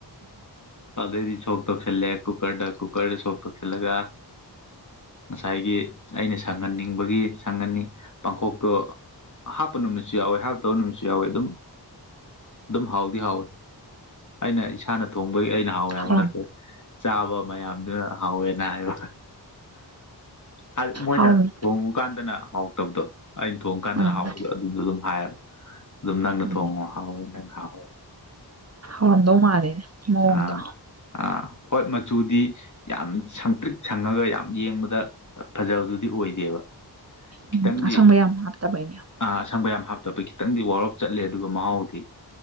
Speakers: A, on the left; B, on the right.
A: ꯑꯗꯩꯗꯤ ꯁꯣꯛ ꯇꯣꯛꯁꯜꯂꯦ ꯀꯨꯀꯔꯗ ꯀꯨꯀꯔꯗ ꯁꯣꯛ ꯇꯧꯁꯤꯜꯂꯒ ꯉꯁꯥꯏꯒꯤ ꯑꯩꯅ ꯁꯪꯍꯟꯅꯤꯡꯕꯒꯤ ꯁꯪꯍꯟꯅꯤꯡ ꯄꯥꯡꯈꯣꯛꯇꯣ ꯍꯥꯞꯄ ꯅꯨꯃꯤꯠꯁꯨ ꯌꯥꯎꯋꯦ ꯍꯥꯞꯇꯕ ꯅꯨꯃꯤꯠꯁꯨ ꯌꯥꯎꯋꯦ ꯑꯗꯨꯝ ꯑꯗꯨꯝ ꯍꯥꯎꯗꯤ ꯍꯥꯎꯋꯦ ꯑꯩꯅ ꯏꯁꯥꯅ ꯊꯣꯡꯕꯒꯤ ꯑꯩꯅ ꯍꯥꯎꯋꯦ ꯍꯥꯏꯕ
B: ꯍꯥꯎꯔꯝ
A: ꯅꯠꯇꯦ ꯆꯥꯕ ꯃꯌꯥꯝꯗꯨ ꯍꯥꯎꯋꯦꯅ ꯍꯥꯏꯕ ꯍꯥꯏ ꯃꯣꯏꯅ
B: ꯍꯥꯎꯔꯝ
A: ꯊꯣꯡꯉꯨ ꯀꯥꯟꯗꯅ ꯍꯥꯎꯇꯞꯗꯣ ꯑꯩꯅ ꯊꯣꯡ ꯀꯥꯟꯗꯅ
B: ꯑꯥ
A: ꯍꯥꯎꯕꯗꯣ ꯑꯗꯨꯗꯣ ꯑꯗꯨꯝ ꯍꯥꯏꯌꯦꯕ ꯑꯗꯨꯝ ꯅꯪꯅ
B: ꯎꯝ
A: ꯊꯣꯡꯉꯣ ꯍꯥꯎꯋꯦ ꯅꯪ ꯍꯥꯎꯋꯦ
B: ꯍꯗꯣ ꯃꯥꯂꯦꯅꯦ ꯃꯑꯣꯡꯗꯣ
A: ꯑꯥ ꯑꯥ ꯍꯣꯏ ꯃꯆꯨꯗꯤ ꯌꯥꯝ ꯁꯪꯇ꯭ꯔꯤꯛ ꯁꯪꯉꯒ ꯌꯥꯝ ꯌꯦꯡꯕꯗ ꯐꯖꯕꯗꯨꯗꯤ ꯑꯣꯏꯗꯦꯕ ꯈꯤꯇꯪꯗꯤ
B: ꯎꯝ ꯑꯁꯪꯕ ꯌꯥꯝ ꯍꯥꯞꯇꯕꯩꯅꯦ
A: ꯑ ꯑꯁꯪꯕ ꯌꯥꯝ ꯍꯥꯞꯇꯕ ꯈꯤꯇꯪꯗꯤ ꯋꯥꯔꯞ ꯆꯠꯂꯦ ꯑꯗꯨꯒ ꯃꯍꯥꯎꯗꯤ